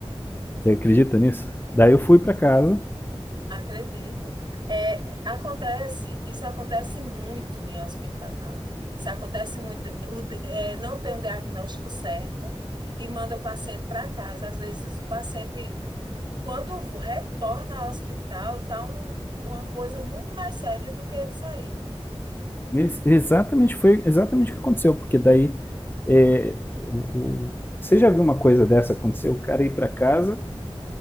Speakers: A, on the left; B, on the right.
A: Você acredita nisso? Daí eu fui pra casa.
B: Acredito. É, acontece, isso acontece muito em hospital. Isso acontece muito. O di- é, não tem um diagnóstico certo e manda o paciente para casa. Às vezes o paciente, quando vo- retorna ao hospital, tá um uma coisa muito mais séria do que ele saiu.
A: E eles- exatamente foi exatamente o que aconteceu, porque daí é, o- o- você já viu uma coisa dessa acontecer? O cara ir pra casa